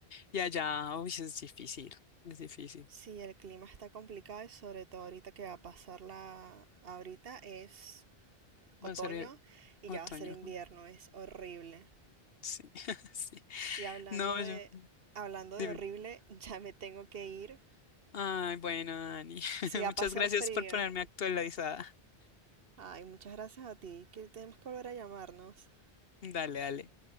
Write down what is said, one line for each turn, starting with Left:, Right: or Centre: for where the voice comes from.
Left: y allá, uy, es difícil, es difícil.
Right: Sí, el clima está complicado y sobre todo ahorita que va a pasar la... Ahorita es otoño
Left: Va a ser eh,
Right: y
Left: otoño.
Right: ya va a ser invierno,
Left: ajá,
Right: es horrible.
Left: Sí, <laughs> sí.
Right: Y hablando
Left: No,
Right: de...
Left: yo,
Right: Hablando
Left: dime.
Right: de horrible, <laughs> ya me tengo que ir.
Left: Ay, bueno, Dani, <laughs>
Right: Sí, va
Left: muchas
Right: a pasar
Left: gracias
Right: frío.
Left: por ponerme actualizada.
Right: Ay, muchas gracias a ti, que tenemos que volver a llamarnos.
Left: Dale, dale.